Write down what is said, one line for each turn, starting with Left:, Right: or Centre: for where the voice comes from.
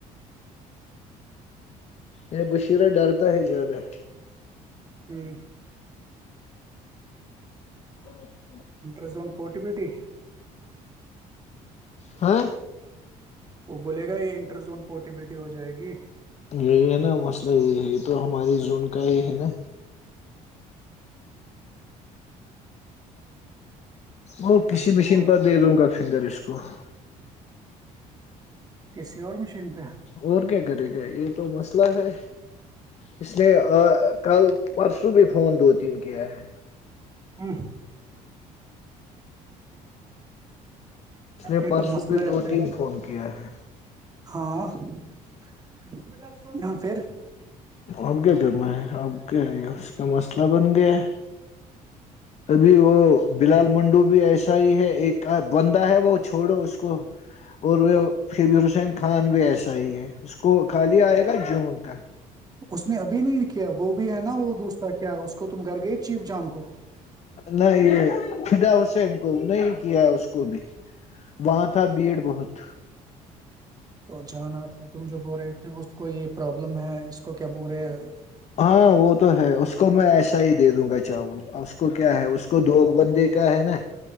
Left: یہ بشیرہ ڈرتا ہے زیادہ <inaudible>
Right: ہ
Left: اور
Right: انٹر زون پورٹیبلیٹی
Left: ہاں
Right: وہ بولے گا یہ انٹر زون پورٹیبلٹی ہو جائے گی
Left: یہی ہے نا مسئلہ یہ یہ تو ہماری زون کا ہی ہے نا وہ
Right: تبھی
Left: کسی مشین
Right: بول رہا
Left: پر
Right: ہوں
Left: دے دوں گا فنگرر اس کو واہ
Right: کسی اور مشین پہ ہے
Left: اور کیا کرے گا یہ تو مسئلہ ہے اس نے کل پرسوں میں فون دو تین کیا ہے
Right: ہ <inaudible>
Left: اس نے
Right: یہ
Left: پرسوں
Right: تو مسئلہ
Left: بھی
Right: ہے
Left: دو
Right: پھر
Left: تین فون کیا ہے
Right: ہاں پھر
Left: اب کیا کرنا ہے اب کیا ہے اس کا مسئلہ بن گیا ہے ابھی وہ بلال منڈو بھی ایسا ہی ہے ایک بندہ ہے وہ چھوڑو اس کو اور وہ فبر حسین خان بھی ایسا ہی ہے کو خالی آئے گا جون کا
Right: اس نے ابھی نہیں کیا وہ بھی ہے نا وہ دوستا کیا اس کو تم گھر گئے چیف جان کو
Left: نہیں یہ فدا حسین کو نہیں کیا اس کو بھی وہاں تھا بھیڑ بہت
Right: تو جانا تھا تم جو بول رہے تھے اس کو یہ پرابلم ہے اس کو کیا بول رہے
Left: ہاں وہ تو ہے اس کو میں ایسا ہی دے دوں گا چاول اس کو کیا ہے اس کو دھوک بندے کا ہے نا